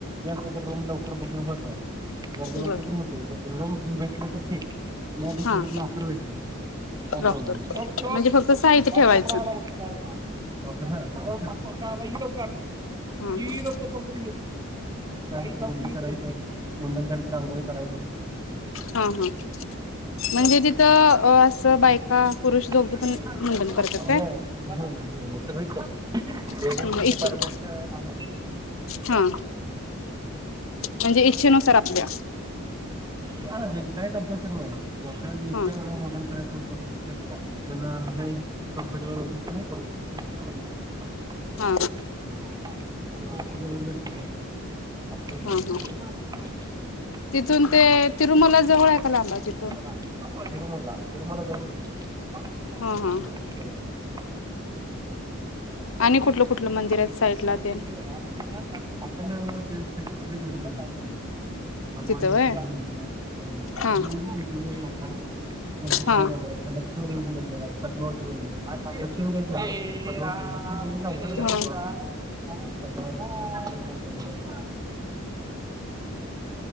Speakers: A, on the right (about 20°); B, on the left (about 70°).
A: नाहीतर रूम लवकर बुकिंग होत नाही. गार्गे बसले
B: बर
A: तर म्हैसूर येत्या दुर्गा मधून बसले तर? <unintelligible> लॉक म्हटलं
B: हा
A: तर लॉकर भेटत काय
B: लॉकर
A: प्रोब्लेम नाही. पण
B: म्हणजे फक्त साहित्य
A: पाणकोंबडा
B: ठेवायचं
A: आला. पाणकोंबडा आला व्हिडिओ काढ. <unintelligible> व्हय
B: हा हा
A: मग लय झाली त रांगोळी काढायची.
B: हम्म हम्म म्हणजे
A: नाही
B: तिथं असं बायका पुरुष
A: <unintelligible>
B: दोघे पण मुंडन करतात
A: सगळीच करते लेडीज
B: काय इच्छे
A: डिपार्टमेंट आलं नाही
B: हा म्हणजे इच्छेनुसार आपल्या
A: <unintelligible> <unintelligible>
B: हा
A: <unintelligible> <unintelligible>
B: हा
A: <unintelligible> आपली इच्छा
B: हा
A: असती
B: हा
A: <unintelligible>
B: तिथून ते तिरुमला जवळ आहे का लांब आहे तिथून
A: तिरुमला तिरुमला <unintelligible> तिरुपती-तिरूमला.
B: हा हा
A: <unintelligible> <unintelligible>
B: आणि कुठलं कुठलं मंदिर आहेत साईडला तेन
A: भगवान
B: तिथं
A: विष्णू
B: व्हय
A: च मंदिर हाय बालाजी
B: हा
A: <unintelligible>
B: हा
A: लक्ष्मी देवीच मंदिर हाय पद्मवती मंदिर आय. आत दक्षिण साईडला <unintelligible> <unintelligible> <unintelligible> पद्मावती. <unintelligible>
B: हा